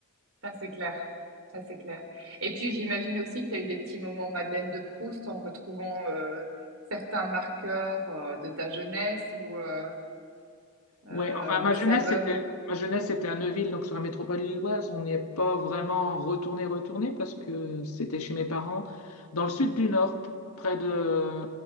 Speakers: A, on the right; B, on the left.
A: ça c'est clair. Ça c'est clair. Et puis j'imagine aussi que tu as eu des petits moments Madeleine de Proust en retrouvant euh, certains marqueurs euh, de ta jeunesse ou euh, euh,
B: Ouais, enfin,
A: des
B: ma jeunesse,
A: saveurs.
B: c'était, ma jeunesse, c'était à Neuville, donc sur la métropole lilloise. On n'y est pas vraiment retourné, retourné, parce que c'était chez mes parents, dans le sud du Nord, p- près de,